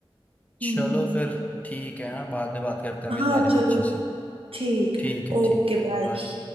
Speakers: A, on the left; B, on the right.
A: चलो
B: हम्म
A: फिर ठीक है ना बाद में बात करते हैं
B: हाँ
A: हम इस बारे में
B: चलो
A: अच्छे से
B: ठीक
A: ठीक
B: है
A: है
B: Okay
A: ठीक है
B: bye
A: बाय बाय।